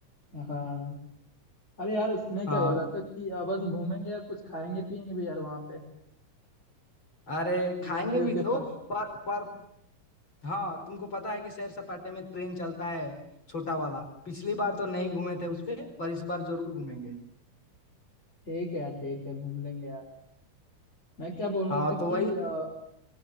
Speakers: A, on the left; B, on the left.
A: हाँ अरे यार मैं
B: हाँ
A: क्या बोल रहा था कि आ, बस घूमेंगे या कुछ खाएंगे पियेंगे भी यार वहाँ पे
B: अरे खाएंगे
A: लेक व्यू
B: भी तो
A: के पास
B: पर पर हाँ तुमको पता है कि सैर सपाटे में ट्रेन चलता है छोटा वाला पिछली बार तो नहीं घूमे थे उस पे पर इस बार जरूर घूमेंगे
A: ठीक है यार ठीक है घूम लेंगे यार मैं क्या बोल
B: हाँ
A: रहा था कि
B: तो वही
A: आ,